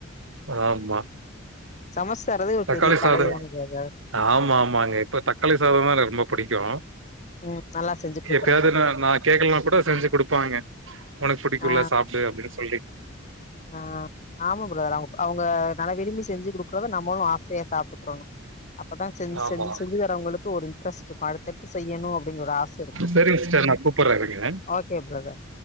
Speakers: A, on the right; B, on the left.
A: ஆமா
B: சமஸ்தரதே ஒரு
A: தக்காளி
B: பெரிய கலை
A: சாதம்
B: தாங்க <unintelligible>
A: ஆமா ஆமாங்க இப்ப தக்காளி சாதம் தான் எனக்கு ரொம்ப புடிக்கும்
B: ம் நல்லா செஞ்சு குடுக்குறாங்க
A: எப்பயாது ந நான் கேக்கலன்னா கூட செஞ்சு கொடுப்பாங்க உனக்கு புடிக்கும்ல
B: ஆ
A: சாப்டு அப்டின்னு சொல்லி
B: ஆ ஆமா ப்ரோ அவ அவங்க நல்ல விரும்பி செஞ்சு கொடுக்கும்போது நம்மளும் ஆசையா சாப்பிட்டுக்கறணும் அப்பதான் செஞ்சு
A: ஆமா.
B: செஞ்சு செஞ்சு வரவங்களுக்கு ஒரு இன்ட்ரெஸ்ட்டு இருக்கும் அடுத்தடுத்து செய்யணும் அப்டிங்கிற ஒரு ஆசை இருக்கும்
A: செரிங்க சிஸ்டர் நான் கூப்பற்றேன் <unintelligible>
B: ஓ பிரதர்